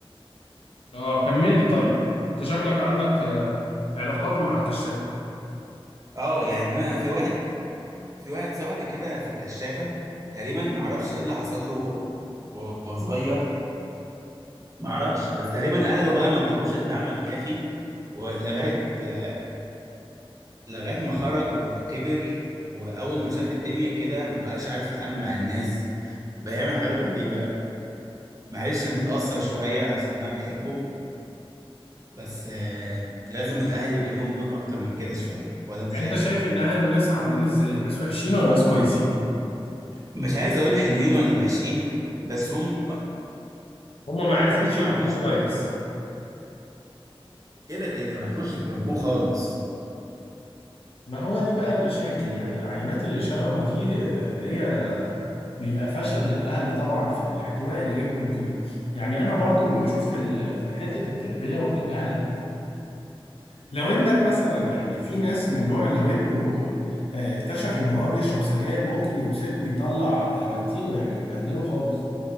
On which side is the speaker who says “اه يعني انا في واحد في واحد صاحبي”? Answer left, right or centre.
Right